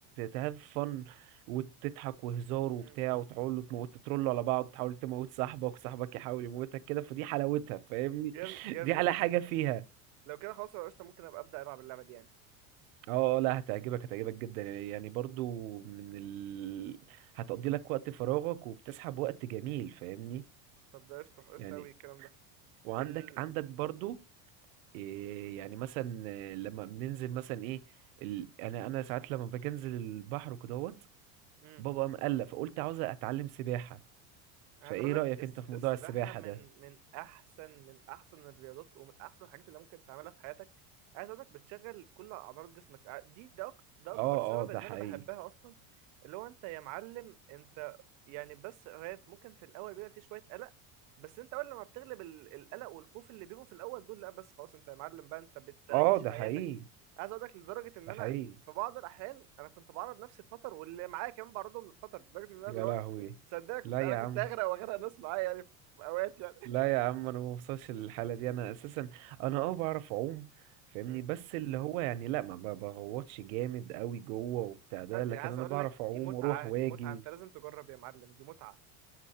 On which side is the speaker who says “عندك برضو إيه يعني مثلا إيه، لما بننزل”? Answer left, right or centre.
Right